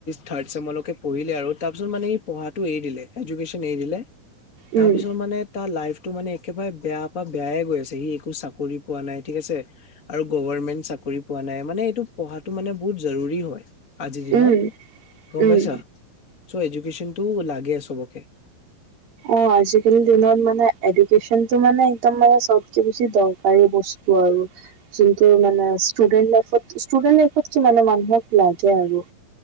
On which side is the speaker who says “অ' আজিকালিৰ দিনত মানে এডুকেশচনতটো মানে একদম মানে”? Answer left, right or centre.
Right